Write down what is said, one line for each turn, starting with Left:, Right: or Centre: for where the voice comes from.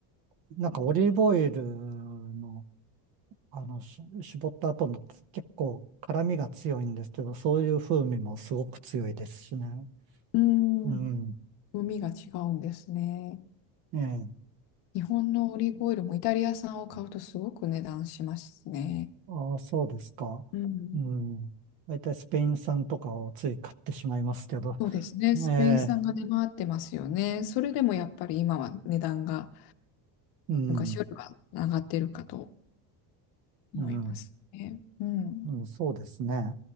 Right: ーなんかオリーブオイルの、あの、し絞った後の結構辛みが強いんですけど、そういう風味もすごく強いですしね。
Left: うーん、
Right: うん。
Left: 海が違うんですね。
Right: ええ
Left: 日本のオリーブオイルもイタリア産を買うとすごく値段しますね。
Right: ああ、そうですか。
Left: うん。
Right: うん。大体スペイン産とかをつい買ってしまいますけど。
Left: そうですね。
Right: <laughs>
Left: スペイン産が出回ってますよね。
Right: ええ、
Left: それでもやっぱり今は値段が
Right: うん、
Left: 昔よりは上がってるかと
Right: うん、
Left: 思いますね。うん。
Right: うん、そうですね。